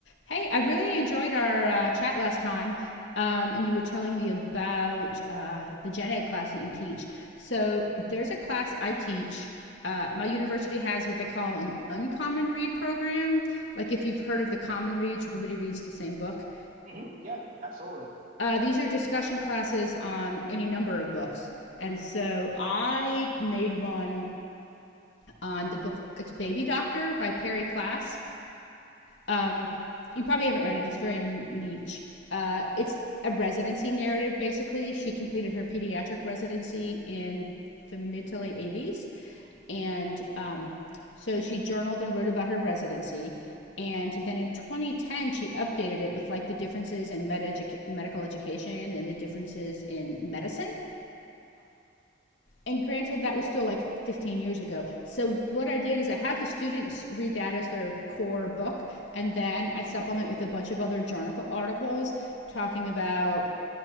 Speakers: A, on the left (about 75°); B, on the right (about 45°).
A: Hey, I really enjoyed our uh, chat last time, um, and you were telling me about uh, the gen ed class that you teach. So there's a class I teach. Uh, my university has what they call an uncommon read program. Like if you've heard of the common reads, everybody reads the same book.
B: hmm Yeah, absolutely.
A: Uh, these are discussion classes on any number of books. And so I made one on the book, it's Baby Doctor by Perry Class. Um, you probably haven't read it. It's very niche. Uh, it's a residency narrative, basically. She completed her pediatric residency in the mid to late 80s. And um, so she journaled and wrote about her residency. And then in 2010, she updated it with like the differences in med edu- medical education and the differences in medicine. And granted, that was still like 15 years ago. So what I did is I have the students read that as their core book, and then I supplement with a bunch of other journal articles talking about